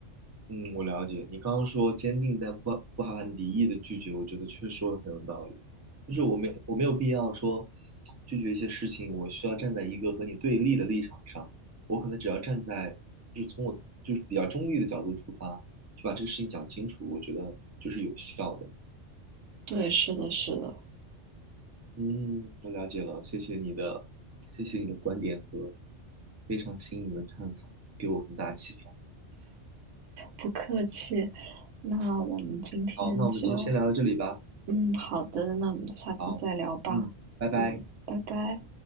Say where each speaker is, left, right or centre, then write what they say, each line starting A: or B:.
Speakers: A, on the right; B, on the right.
A: 嗯，我了解。你刚刚说坚定但不不含敌意的拒绝，我觉得确实说的很有道理。就是我没我没有必要说拒绝一些事情，我需要站在一个和你对立的立场上。我可能只要站在就是从我自就是比较中立的角度出发，去把这个事情讲清楚，我觉得就是有效的。
B: 对，是的，是的，
A: 嗯，我了解了，谢谢你的，谢谢你的观点和非常新颖的看法，给我很大启发。
B: 不客气。那我们今天就，
A: 嗯，好，那我们就先聊到这里吧。
B: 嗯，好的，那我们下次再聊吧。
A: 好，嗯，拜拜。
B: 嗯，拜拜。